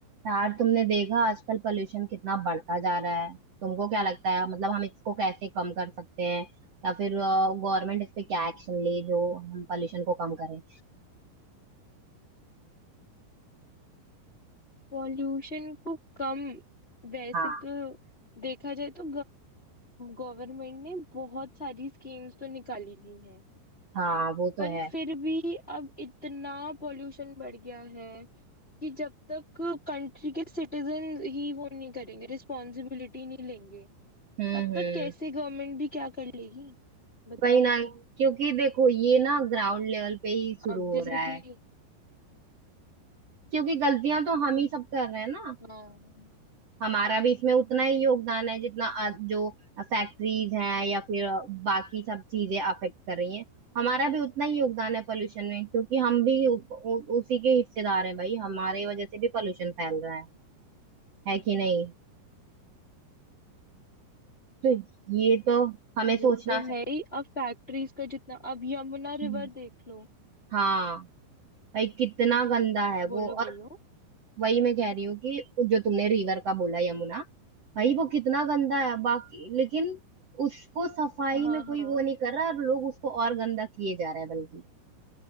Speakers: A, on the right; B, on the left.
A: यार तुमने देखा आजकल पोल्यूशन कितना बढ़ता जा रहा है तुमको क्या लगता है मतलब हम इसको कैसे कम कर सकते हैं या फिर गवर्नमेंट इस पे क्या एक्शन ले जो हम पोल्यूशन को कम करें
B: Pollution को कम वैसे
A: हाँ
B: तो देखा जाए तो गवर्नमेंट ने बहुत सारी स्कीम्स तो निकाली दी हैं
A: हाँ वो तो
B: पर
A: है
B: फिर भी अब इतना पॉल्यूशन बढ़ गया है कि जब तक कंट्री के सिटीजन ही वो नहीं करेंगे रिस्पॉन्सिबिलिटी नहीं लेंगे
A: हम्म
B: तब तक
A: हम्म
B: कैसे गवर्नमेंट भी क्या कर लेगी बताओ
A: वही ना क्योंकि देखो ये ना ग्राउंड लेवल पे ही शुरू
B: अब
A: हो
B: जैसे
A: रहा है
B: कि
A: क्योंकि गलतियां तो हम ही सब कर रहे हैं ना
B: हाँ
A: हमारा भी इसमें उतना ही योगदान है जितना आ- जो फैक्ट्रीज हैं या फिर बाकी सब चीजें अफेक्ट कर रही हैं हमारा भी उतना ही योगदान है पोल्यूशन में क्योंकि हम भी उ, उ, उसी के हिस्सेदार हैं भाई हमारे वजह से भी पोल्यूशन फैल रहा है है कि नहीं तो ये तो हमें सोचना
B: वो तो है
A: चाहिए।
B: ही अब फैक्ट्रीज का जितना अब यमुना
A: हम्म।
B: रिवर देख लो
A: हाँ भाई कितना गंदा है वो
B: बोलो
A: और
B: बोलो
A: वही मैं कह रही हूँ कि जो तुमने रिवर का बोला यमुना भाई वो कितना गंदा है बाकी लेकिन उसको सफाई
B: हाँ
A: में कोई
B: हाँ
A: वो नहीं कर रहा और लोग उसको और गंदा किए जा रहे हैं बल्कि